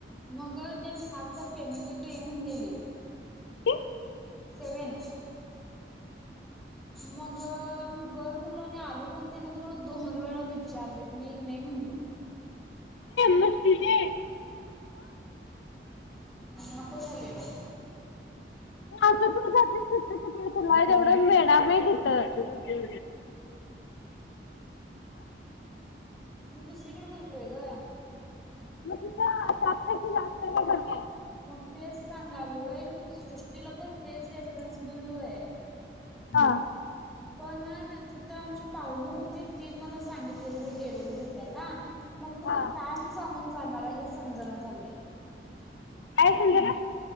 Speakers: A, in the centre; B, on the left (about 85°).
A: मग त्यानी सात हजार पेमेंट देतोय या म्हणलिलेलीत
B: <unintelligible>
A: सेवन मग मी बर म्हणलं आणि आलो मग त्या मला दोन वेळा विचारली मी नाही म्हण
B: मस्ती चे
A: <inaudible> झालेलं
B: आता तू त तुला तेवढ मिळणार नाही तिथ
A: मी दुसरीकडे बघितलोय ग
B: मग तिथं सात पेक्षा जास्त आहे का कमी आहे?
A: मग तेच सांगालोय सृष्टीला पण तेच रेफरन्स दिलोय
B: हा
A: पण तिथं आमची पाहुणे हो त ती मला सांगितलेली मी गेलेल भेटायला मग तुम्ही
B: हा
A: काय सांगून जाणार हे समज झालंय
B: कायसज ना